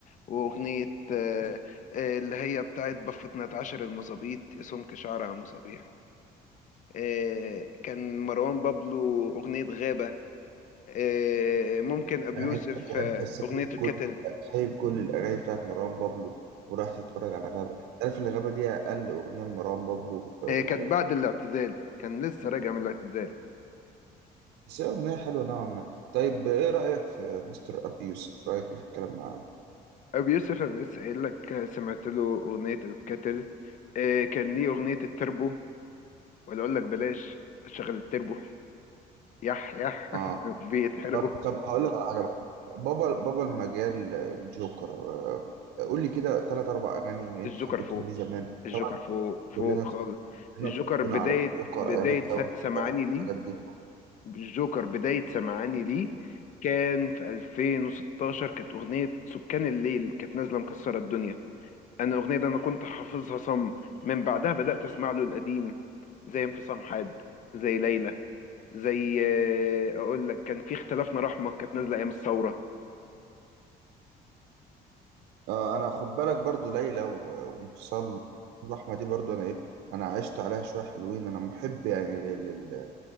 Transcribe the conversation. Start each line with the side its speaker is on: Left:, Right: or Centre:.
Left: واغنيه آه، آه، اللي هي بتاعت بفتنا اتعشر المظابيط يا سمك شعر على المصابيح آه، كان مروان بابلو أغنية غابة آه، ممكن أبي
Right: يعني
Left: يوسف
Right: انت يعني
Left: آه،
Right: انت سايب
Left: أغنية الكتل
Right: كل سايب كل الاغاني بتاعت مروان بابلو وراح تتفرج على غابه تعرف ان غابه دي اقل اغنيه لمروان بابلو آه،
Left: هي كانت بعد الاعتزال كان لسه راجع من الاعتزال
Right: بس هي اغنيه حلوه نوعا ما طيب ايه رايك في مستر ابي يوسف رايك إيه في الكلام معاه
Left: أبي يوسف أنا لسه قايل لك آه، سمعت له أغنية الكتل آه، كان ليه أغنية التربو ولا أقول لك بلاش شغل التربو يح يح <laughs>
Right: اه
Left: بيتحرقوا
Right: طب طب هقول لك على حاجه بقى. بابا بابا المجال آه، الجوكر آه، قول لي كده ثلاث اربع اغاني من اللي انت
Left: الجوكر
Right: حبيتهم
Left: فوق
Right: ليه زمان
Left: الجوكر
Right: طبعا
Left: فوق فوق
Right: كلنا
Left: خالص
Right: كلنا
Left: الجوكر
Right: اتربينا
Left: بداية
Right: على الجوكر
Left: بداية
Right: ايام الثوره
Left: س- سمعاني ليه
Right: والحاجات دي
Left: الجوكر بداية سمعاني ليه كان في 2016 كانت أغنية سكان الليل كانت نازلة مكسرة الدنيا أنا الأغنية دي أنا كنت حافظها صم من بعدها بدأت أسمع له القديم زي انفصام حاد زي ليلى زي آه، أقول لك كان في اختلافنا رحمة كانت نازلة أيام الثورة
Right: آه انا خد بالك برضو ليلى و- وانفصال الرحمه دي برضو انا ايه انا عشت عليها شويه حلوين انا محب يعني لل-